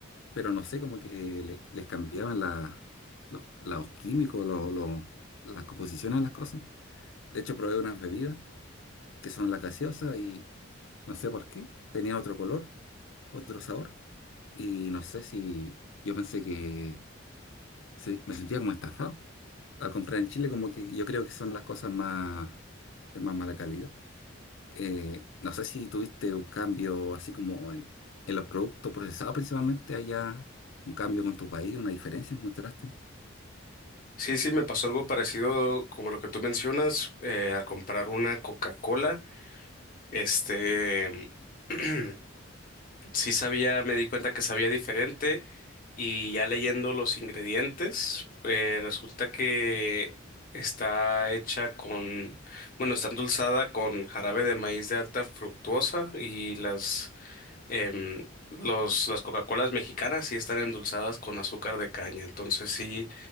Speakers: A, on the left; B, on the left.
A: pero no sé, como que le- les cambiaban la- los, los químicos, los, los- las composiciones de las cosas. De hecho, probé unas bebidas que son las gaseosas y no sé por qué. Tenía otro color, otro sabor. Y no sé si yo pensé que sí, me sentía como estafado. Al comprar en Chile, como que yo creo que son las cosas más de más mala calidad. Eh, no sé si tuviste un cambio así como en, en los productos procesados principalmente allá, un cambio con tu país, una diferencia encontraste.
B: sí, sí, me pasó algo parecido como lo que tú mencionas, eh, a comprar una Coca-Cola. Este... <clears throat> sí sabía, me di cuenta que sabía diferente y ya leyendo los ingredientes, eh, resulta que está hecha con, bueno, está endulzada con jarabe de maíz de alta fructuosa y las, em, los, las Coca-Colas mexicanas sí están endulzadas con azúcar de caña. Entonces sí